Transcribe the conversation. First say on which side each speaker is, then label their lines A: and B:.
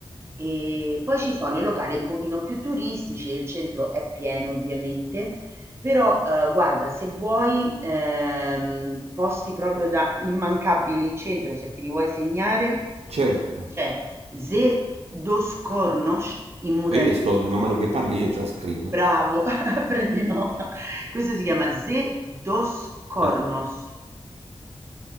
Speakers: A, on the right; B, on the right.
A: E poi ci sono i locali un pochino più turistici e il centro è pieno ovviamente, però eh, guarda, se vuoi ehm, posti proprio da immancabili in centro, se ti li vuoi segnare,
B: certo.
A: c'è Ze dos Cornos in Muraria.
B: Ma io sto, man mano che parli io già scrivo. eh.
A: Bravo, <laughs> prendi nota. Questo si chiama Ze dos Cornos
B: Eh,